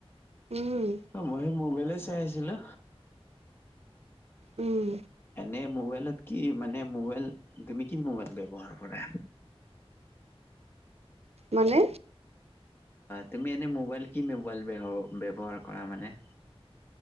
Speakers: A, on the right; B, on the left.
A: উম।
B: অ, মইও মোবাইলে চাই আছিলো।
A: উম,
B: এনে মোবাইলত কি মানে, মোবাইল তুমি কি মোবাইল ব্যৱহাৰ কৰা?
A: মানে?
B: তুমি এনেই মোবাইল, কি মোবাইল ব্যহ- ব্যৱহাৰ কৰা মানে?